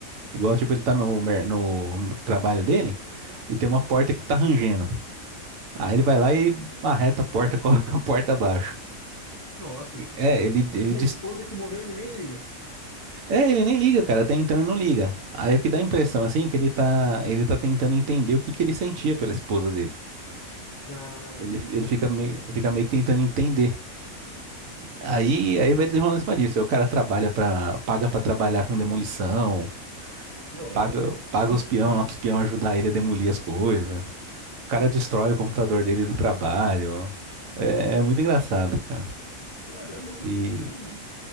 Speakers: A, on the right; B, on the left.
A: Igual, tipo, ele tá no, mer- no trabalho dele e tem uma porta que tá rangendo. Aí ele vai lá e marreta a porta, <laughs> coloca a porta abaixo.
B: Nossa.
A: É, ele, ele
B: E a
A: diz...
B: esposa que morreu, ele nem liga.
A: É, ele nem liga, cara, até então ele não liga. Aí o que dá a impressão, assim, é que ele tá, ele tá tentando entender o que que ele sentia pela esposa dele.
B: Ah,
A: Ele, ele
B: isso
A: fica
B: aqui.
A: meio, fica meio que tentando entender. Aí, aí vai desenrolando em cima disso. Aí o cara trabalha para, paga pra trabalhar com demolição,
B: Nossa.
A: Paga, paga
B: <laughs>
A: os peão lá pros peão ajudar ele a demolir as coisas. O cara destrói o computador dele do trabalho. É, é muito engraçado, cara.
B: Caramba, eu vou
A: E,
B: ver esse filme aí.